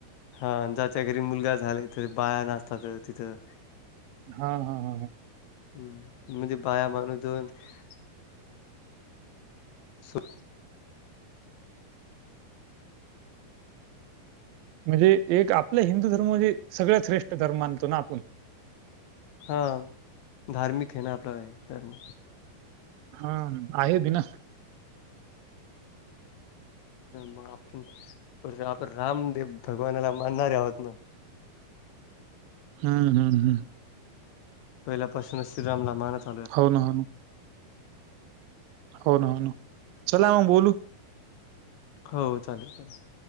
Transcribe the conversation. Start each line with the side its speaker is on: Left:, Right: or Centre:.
Left: हा ज्याच्या घरी मुलगा झाल्या तथ बाया नाचतात तिथं.
Right: हा हा हा.
Left: हम् म्हणजे बाया माणूसन <unintelligible> सो-
Right: म्हणजे एक आपला हिंदू धर्म म्हणजे सगळ्यात श्रेष्ठ धर्म मानतो ना आपण.
Left: हा धार्मिक हेन ना <unintelligible> आपला धर्म
Right: हा आहे बी ना.
Left: मग आपण स आपण रामदेव भगवानाला मानणारे आहोत ना.
Right: हम्म हम्म हम.
Left: पहिल्यापासूनच श्रीरामला मानत आले.
Right: हो ना हो ना. हो ना हो ना चला मग बोलू.
Left: हो चालेल चालेल.